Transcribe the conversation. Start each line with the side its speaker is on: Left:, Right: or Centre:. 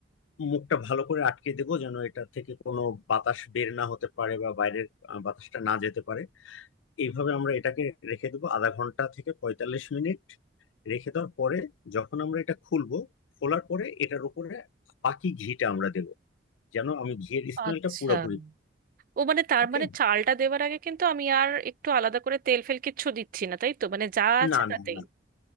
Left: মুখটা ভালো করে আটকে দেবো যেন এটা থেকে কোনো বাতাস বের না হতে পারে বা বাইরের আহ, বাতাসটা না যেতে পারে এইভাবে আমরা এটাকে রেখে দেবো আধা ঘন্টা থেকে পঁয়তাল্লিশ মিনিট রেখে দেওয়ার পরে যখন আমরা এটা খুলবো খোলার পরে এটার উপরে বাকি ঘিটা আমরা দেবো যেন আমি ঘিয়ের স্মেলটা
Right: আচ্ছা
Left: পুরোপুরি
Right: ও মানে তার
Left: ওকে
Right: মানে চালটা দেওয়ার আগে কিন্তু আমি আর একটু আলাদা করে তেল ফেল কিচ্ছু দিচ্ছি না তাই তো মানে যা আছে
Left: না
Right: তাতেই
Left: না না